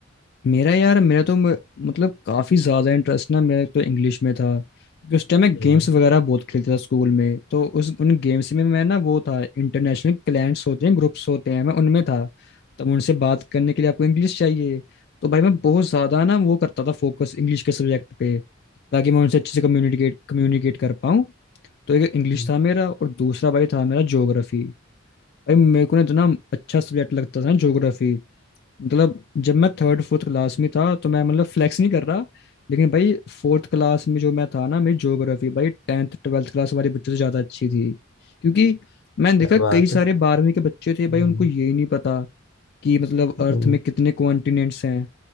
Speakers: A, on the left; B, on the left.
A: मेरा यार मेरा तो म- मतलब काफ़ी ज़्यादा इंटरेस्ट ना मेरा तो इंग्लिश में था क्योंकि उस टाइम मैं
B: था
A: गेम्स वगैरह बहुत खेलता था स्कूल में तो उस उन गेम्स में मैं ना वो था इंटरनेशनल क्लाइंट्स होते हैं ग्रुप्स होते हैं मैं उनमें था तब उनसे बात करने के लिए आपको इंग्लिश चाहिए तो भाई मैं बहुत ज़्यादा ना वो करता था फोकस इंग्लिश के सब्जेक्ट पे ताकि मैं उनसे अच्छे से कम्युनिकेट कम्युनिकेट कर पाऊँ तो एक इंग्लिश
B: क्या
A: था मेरा और दूसरा भाई था मेरा ज्योग्राफी भाई मेरे को ना इतना अच्छा सब्जेक्ट लगता था ना ज्योग्राफी मतलब जब मैं थर्ड फोर्थ क्लास में था तो मैं मतलब फ्लैक्स नहीं कर रहा लेकिन भाई फोर्थ क्लास में जो मैं था ना मेरी ज्योग्राफी भाई टेंथ ट्वेल्थ क्लास वाले बच्चों से ज़्यादा अच्छी थी क्योंकि मैंने देखा
B: बात
A: कई
B: है
A: सारे
B: <laughs>
A: बारहवीं के बच्चे थे भाई
B: हम्म,
A: उनको ये ही नहीं पता कि मतलब अर्थ
B: हम्म,
A: में कितने कॉन्टिनेंट्स हैं